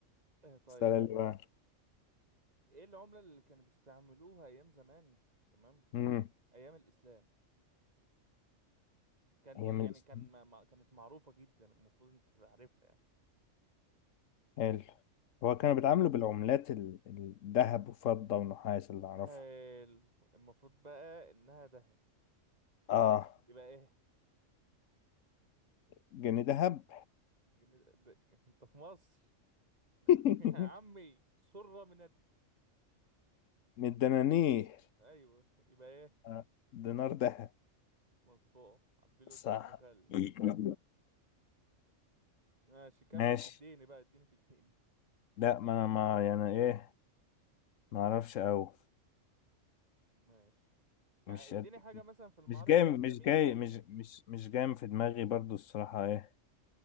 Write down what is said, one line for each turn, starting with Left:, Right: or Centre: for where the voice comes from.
Right: آه طيب
Left: السؤال اللي بعده
Right: ايه العملة اللي كانوا بيستعملوها ايام زمان تمام
Left: مم.
Right: ايام الاسلام كان ما-
Left: هي من
Right: يعني
Left: الإسلام.
Right: كان ما ما- كانت معروفة جدا المفروض انت تبقى عارفها يعني
Left: حلو هو كانوا بيتعاملوا بالعملات ال- الذهب وفضة ونحاس اللي أعرفه
Right: حلو المفروض بقى انها ذهب
Left: آه
Right: يبقى ايه
Left: جنيه ذهب
Right: جن... ده... انت في مصر
Left: <laughs>
Right: <laughs> يا عمي سرة من الد...
Left: من الدنانير
Right: ايوه يبقى ايه
Left: آه، دينار ذهب
Right: مصبوغ عبيله
Left: صح
Right: قد ام خالي
Left: <laughs>
Right: ماشي كمل
Left: ماشي
Right: في الدين بقى اديني في الدين
Left: لا ما ما يعني ايه ما اعرفش قوي
Right: ماشي يعني
Left: مش
Right: اديني
Left: قد-
Right: حاجة مثلا في المعارك
Left: مش جاي
Right: الإسلامية
Left: مش جاي
Right: الح...
Left: مش مش مش جاي في دماغي برضو الصراحة ايه